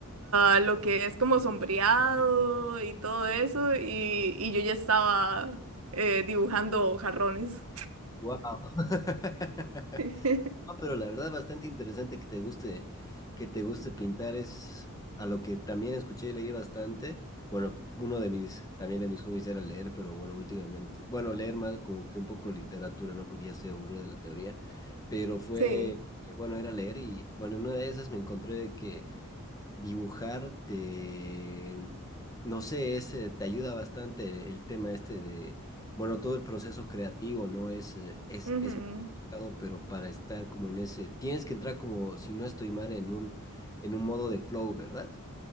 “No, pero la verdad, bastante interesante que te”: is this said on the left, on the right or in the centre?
Left